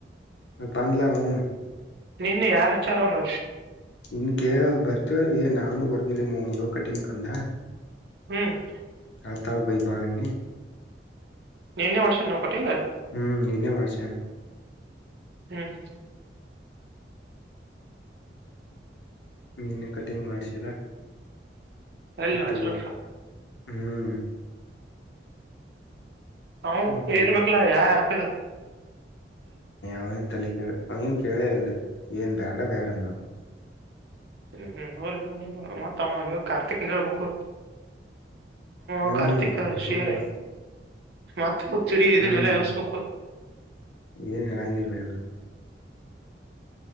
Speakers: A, on the left; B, on the right.
A: ಬಂದಲ ಹ
B: ನಿನ್ನ ಯಾರ ಹೆಚ್ಚಾರಂಗ್
A: ನಿನ್ ಕ ಬರ್ತ ನಾನು ಬರ್ದಿಲ್ಲ ಮೋದ ಕಟಿಂಗ್ ಕಂದ <inaudible>
B: ಹ್ಮ್ <inaudible>
A: ಆ ತಾಳಬೈಿ ಬಾ ಅಿ
B: ನೀನ್ನೇ ಮಾಡ್ಸನ್ ನವು ಕೊಟ್ಟಿಂಗ
A: ಹ್ಮ್ ನ್ನೆ ಮಾಡ್ಸನ್
B: ಹ್ಮ್ ಹ್ಮ್
A: ನೀನ್ನ ಕಟಿಂಗ್ ಮಾಡ್ಸಿದ
B: ಲ್ಲಿ
A: ಮತ್ತ
B: ನಾಚರ
A: ಇವತ್ ಹ್ಮ್
B: ಹ
A: ಮತ್ತಲ್ಲಿ
B: ಪೇರ್ಬೇಕಲ್ಲಾ ಯಾರು ಆಪತ
A: ಅವನ್ ತಲೆಕ ಅವೇನ್ ಕೇಳೇ ಇಲ್ಲ ಏನ್ ಬ್ಯಾಡ ಬ್ಯಾಡ ನ
B: ಹ್ಮ್ ಹ್ಮ್ ಹಲ್ ಮತ್ತ ಅಲ್ವ ಕಾರ್ತಿಕ ಹಬೇಕ
A: ಹ್ಮ್
B: ಅಕ ಆರ್ಥಿಕಷೇರೆ
A: ಕರ್ದಿಲ್ ಮತ್
B: ಮತ್ತೆ ತಿಡಿ ಇದನ್ನೆಲ್ಲಾ
A: ಹ್ಮ್
B: ಯಸ್ಬೇಕು
A: ಏನ್ ಹೇಳಳಾಂಗಿಿಲ್ಲ ಭಯ ಅವ